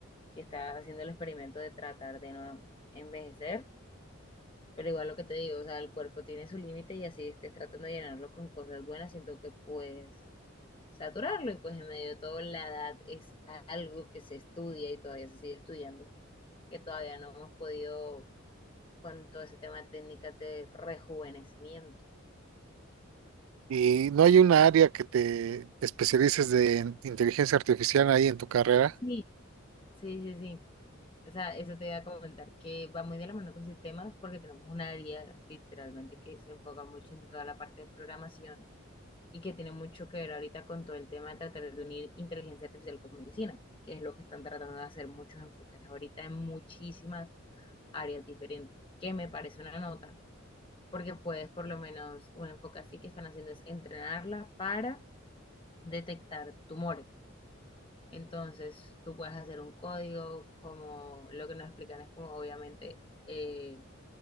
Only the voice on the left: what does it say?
que está haciendo el experimento de tratar de no envejecer Pero igual lo que te digo, o sea, el cuerpo tiene su límite y así estés tratando de llenarlo con cosas buenas, siento que puedes saturarlo y pues en medio de todo la edad es algo que se estudia y todavía se sigue estudiando, que todavía no hemos podido con todo ese tema de técnicas de rejuvenecimiento.
Sí, sí, sí, sí. O sea, eso te iba a comentar, que va muy de la mano con sistemas porque tenemos un área literalmente que se enfoca mucho en toda la parte de programación y que tiene mucho que ver ahorita con todo el tema de tratar de unir inteligencia artificial con medicina, que es lo que están tratando de hacer muchos enfoques ahorita en muchísimas áreas diferentes, que me parece una nota, porque puedes por lo menos un enfoque así que están haciendo es entrenarla para detectar tumores. Entonces, tú puedes hacer un código como lo que nos explican es como obviamente eh,